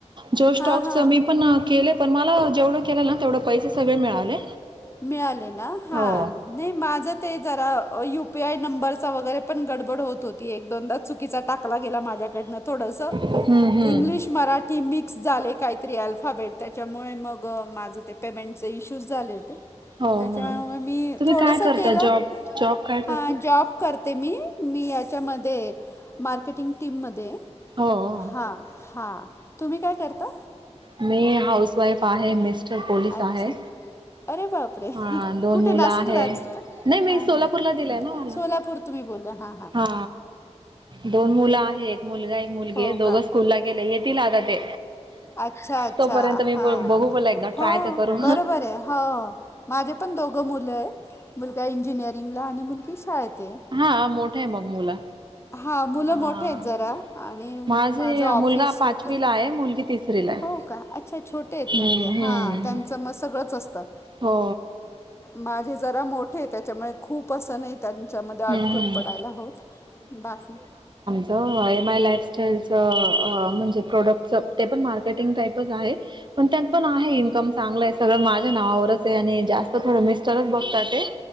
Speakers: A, on the right; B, on the left.
A: जोश स्टॉकचं
B: म्युच्युअल
A: मी पण केलेत... पण मला जेवढं केलं ना, तेवढे पैसे सगळे मिळाले.
B: मिळाले ना? हा
A: हो.
B: नाही माझं ते जरा यू पी आय नंबरचा वगैरे पण गडबड होत होती, एक-दोनदा चुकीचा टाकला गेला माझ्याकडून, थोडंसं
A: हम्म हम्म
B: इंग्लिश मराठी मिक्स झाले, काहीतरी अल्फाबेट, त्याच्यामुळे मग माझं ते पेमेंटचे इश्यूज झाले होते.
A: हो
B: त्याच्यामुळे
A: हो
B: मी
A: तुम्ही
B: थोडंसं
A: काय करता
B: केलं
A: जॉब जॉब काय
B: हा
A: करताय?
B: जॉब... करते मी, मी याच्यामध्ये मार्केटिंग टीममध्ये...
A: हो.
B: हा.. तुम्ही काय करता?
A: मी हाऊसवाईफ आहे. मिस्टर पोलीस
B: अच्छा
A: आहे.
B: अरे बापरे!
A: हा दोन
B: कुठे?
A: मुलं
B: नाशिकलाच
A: आहे
B: हा
A: नाही मी
B: हा
A: सोलापूरला
B: ह नाय मी
A: दिलंय
B: सोलापूर
A: ना मला.
B: सोलापूर तुम्ही बोला हा
A: हा, दोन मुलं आहेत, एक मुलगा, एक मुलगी,
B: हो
A: दोघं
B: का
A: स्कूलला गेले आहेत... येतील आता ते
B: अच्छा अच्छा
A: तोपर्यंत मी
B: हां
A: बघू पला एकदा
B: हो
A: ट्राय तर करू
B: बरोबर आहे हो, माझे पण दोघं मुलं आहेत, मुलगा इंजिनिअरिंगला आणि मुलगी शाळेत ये
A: हा, मोठा आहे मग मुला
B: हां मुलं
A: हा
B: मोठे आहेत जरा आणि
A: माझा
B: माझं ऑफिस
A: मुलगा ही पाचवीला
B: ते
A: आहे मुलगी तिसरीला आहे
B: हो का? अच्छा, छोटे आहेत म्हणजे...
A: हम्म
B: हा,
A: हम्म
B: त्यांचं मग सगळंच असतं.
A: हो
B: माझे जरा मोठे येत त्याच्यामुळे खूप असं नाही त्यांच्यामध्ये अटकून
A: हम्म
B: पडायला होतं बाकी
A: सो हाय ए माय लाईफस्टाईलच अ म्हणजे प्रोडक्टच ते पण मार्केटिंग टाईपच आहे पण त्यात पण आहे, इन्कम चांगलं आहे, सगळं माझ्या नावावरच आहे, आणि जास्त थोडं मिस्टरच बघतात.